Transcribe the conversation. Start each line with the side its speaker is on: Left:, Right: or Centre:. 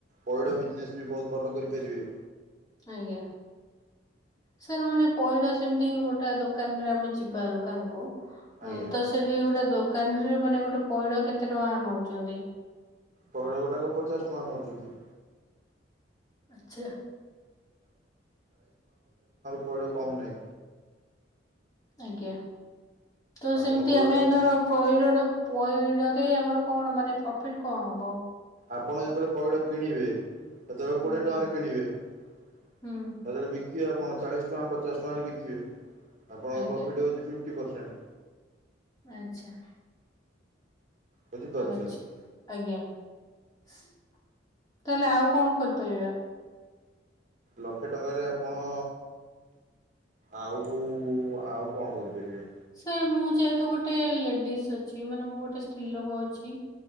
Right: ପଇଡ ବିଜିନେସ୍ ବି ବହୁତ ଭଲ କରିପାରିବେ।
Left: ଆଜ୍ଞା। ସାର୍ ମାନେ ପଇଡ ସେମିତି ଗୋଟେ ଦୋକାନରେ ଆମେ ଯିବା ଦୋକାନ୍ କୁ।
Right: ଆଜ୍ଞା
Left: ହଁ ତ ସେଠି ଗୋଟେ ଦୋକାନରେ ମାନେ ଗୋଟେ ପଇଡ କେତେ ଟଙ୍କା ନଉଛନ୍ତି।
Right: ପଗଡ ଗୋଟାକ ପଚାଶ ଟଙ୍କା ନୋଉଛନ୍ତି।
Left: ଆଚ୍ଛା।
Right: ପଇଡ କମ୍ ନାଇଁ।
Left: ଆଜ୍ଞା। ତ
Right: ଆପଣ
Left: ସେମିତି
Right: ପଇଡ଼
Left: ଆମେ ଧର ପଇଡ ଟା ପଇଡ ରେ ଆମର କଣ ମାନେ ପ୍ରଫିଟ କଣ ହବ?
Right: ଆପଣ ଯେତେବେଳେ ପଇଡ କିଣିବେ। ସେତେବେଳେ କୋଡିଏ
Left: ଆଜ୍ଞା
Right: ଟଙ୍କାରେ କିଣିବେ। ଯେତେବେଳେ
Left: ହୁଁ
Right: ବି ବିକିବେ ଆପଣ ଚାଳିଶ ଟଙ୍କା ପଚାଶ ଟଙ୍କାରେ ବିକିବେ। ଆପଣଙ୍କ
Left: ଆଜ୍ଞା
Right: ପ୍ରଫିଟ୍ ହେଉଛି ଫିଫ୍ଟି ପରସେଣ୍ଟ।
Left: ଆଚ୍ଛା।
Right: ବୁଝିପାରୁଛନ୍ତି
Left: ଆଚ୍ଛା ଆଜ୍ଞା ତାହେଲେ ଆଉ କଣ କର ତ ୟା।
Right: ଲକ୍ଷେ ଟଙ୍କାରେ ଆପଣ ଆଉ ଆଉ କଣ କରିପାରିବେ।
Left: ସାର୍ ମୁଁ ଯେହେତୁ ଗୋଟେ ଲେଡିଜ ଅଛି। ମାନେ ମୁଁ ଗୋଟେ ସ୍ତ୍ରୀ ଲୋକ ଅଛି।